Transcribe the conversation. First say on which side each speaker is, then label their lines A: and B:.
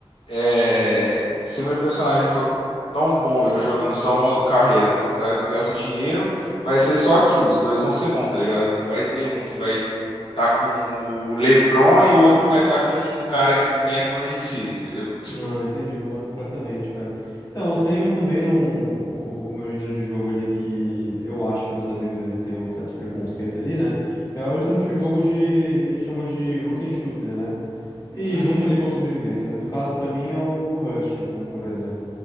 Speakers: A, on the left; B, on the left.
A: É, se o meu personagem for tão bom eu jogando só o modo carreira quanto o cara que gasta dinheiro, vai ser só aquilo. Os dois vão ser bons, tá ligado? Não vai ter um que vai estar com o LeBron e o outro vai estar com um cara que nem é conhecido, entendeu?
B: Não, entendi, eu mato completamente, cara. Então, eu tenho também um, o, o meu gênero de jogo ali que eu acho que meus amigos eles têm um certo preconceito ali, né? Que é justamente o jogo de que a gente chama de loot and shooter, né? E
A: Uhum,
B: junto ali com sobrevivência, né? No caso, pra mim é o, o Rust, como por exemplo.